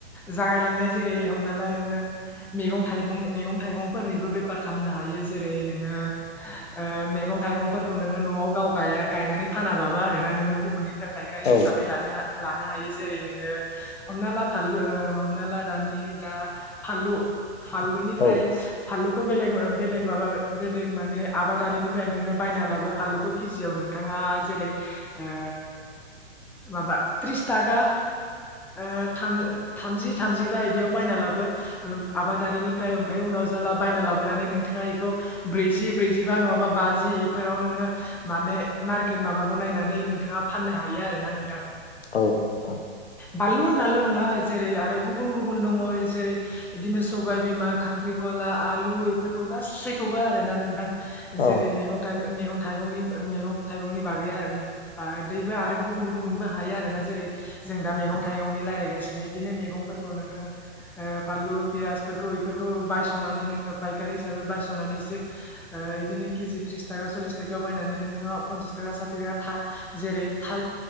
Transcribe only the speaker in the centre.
जागायलांनाय जेरै हमना ला नोङो मेगं थाइं मेगं थाइगंफोरनिबो बेफार खालामनो हायो जेरै नोङो ओ मेगं थाइगंफोरखौ नोङो न'वाव गाव गाय गायनानै फानाबाबो आरोना नोङो गुबुननिफ्राय फायखारि
हिसाबै लानो लानो हायो जेरै नोङो हमना ला फानलु ओ हमना ला दानि दा फानलु फानलुनिफ्राय
फानलुखौ बेलेग बेलेग माबा बेलेग माने आबादारिनिफ्राय नोङो बायना लाबो फानलुखौ केजियाव नोंथाङा जेरै ओ माबा त्रिसथाखा ओ थामजि थामजिबा इदियाव बायना लाबो आबादारिनिफ्राय ओमफ्राय उनाव जाय बायना लाबोनानै नोंथाङा इखौ ब्रैजि ब्रैजिबा नङाबा बाजि इफोराव नोङो माने मार्केट माबाखौ नायनानै नोंथाङा फाननो हायो आरो ना नोंथां
फानलु होननाल' नङा जेरै आरो गुबुन गुबुन दङ जेरै बिदिनो सबाय बिमा खांख्रिखला खला आलु इफोरखौ गासैखौबो आरो ना नोंथां
एरै मेगं थाइगं मेगं थाइगंनि मेगं थाइगंनि बागै दैबो आरो गुबुन गुबुनबो हायो आरोना जेरै जों दा मेगं थाइगंनि रायलायगासिनो इदिनो मेगंफोरखौ नोंथां ओ फानलु पियासफोरखौ बेफोरखौ बायस'नानै नों फायखारि हिसाबै बायस'नानै एसे ओ इदिनो किजि त्रिसथाखा सलिसथा थाखायाव बायनानै नोंथाङा पनसासथाखा साथिथाखा जेरै था